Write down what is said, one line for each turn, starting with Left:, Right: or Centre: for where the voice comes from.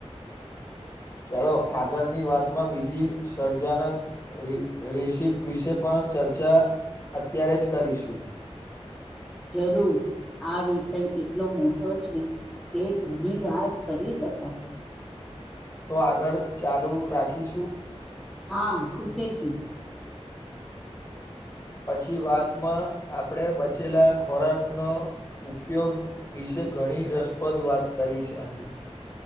Left: ચલો, આગળની વાતમાં બીજી સર્જાનક રિ રેેશિપ વિશે પણ ચર્ચા અત્યારે જ કરીશું.
Centre: જરૂર. આ વિષય એટલો મોટો છે કે ઘની વાત કરી શકાય.
Left: તો આગળ ચાલુ રાખીશું.
Centre: હા, ખુશીથી.
Left: પછી વાતમાં, આપણેે બચેલા ખોરાકનો ઉપયોગ વિશે ઘણી રસપ્રદ વાત કરી શકી.